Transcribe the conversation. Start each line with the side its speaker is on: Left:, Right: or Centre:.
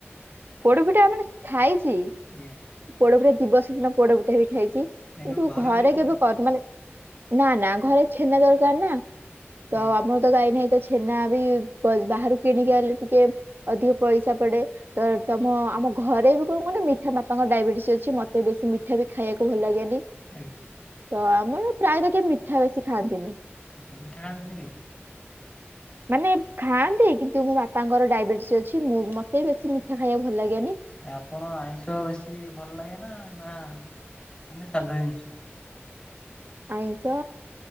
Right: ପୋଡପିଟା ଆମାନେ ଖାଇଛି।
Left: ଆଜ୍ଞା।
Right: ପୋଡପିଠା ଦିବସ ଦିନ ପୋଡପିଠା ବି ଖାଇଛି କିନ୍ତୁ
Left: ଆଜ୍ଞା କେବେ
Right: ଘରେ
Left: କରିକି ଖାଇନାହାନ୍ତି
Right: କେବେ କରି ମାନେ ନା ନା ଘରେ ଛେନା ଦରକାର ନା
Left: ଆଜ୍ଞା
Right: ତ ଆମ ତ ଗାାଇନାହିଁ ତ ଛେନା ବି ବାହାରୁ କିଣିକି ଆଣିଲେ ଟିକେ ଅଧିକ ପଇସା ପଡେ। ତ ତମ ଆମ ଘରେ କଣ କ ନା ମିଠା ବାପାଙ୍କ ଡାଇବେଟିସ୍ ଅଛି ମତେ ବେଶୀ ମିଠା ବି ଖାଇବାକୁ ଭଲ ଲାଗେନି।
Left: ଆଜ୍ଞା।
Right: ତ ଆମର ପ୍ରାୟତଃ କେ ମିଠା ବେଶୀ ଖାଆନ୍ତିନି।
Left: ମିଠା ଖାନ୍ତିନି କେହି।
Right: ମାନେ ଖାଆନ୍ତି କିନ୍ତୁ ମୋ ବାପାଙ୍କର ଡାଇବେଟିସ୍ ଅଛି ମୁଁ ମତେ ବି ବେଶୀ ମିଠା ଖାଇବାକୁ ଭଲ ଲାଗେନି।
Left: ଆପଣ ଆଇଁଷ ବେଶୀ ଭଲ ଲାଗେ ନା ନା ମାନେ ସାଧ ଜିନିଷ।
Right: ଆଇଁଷ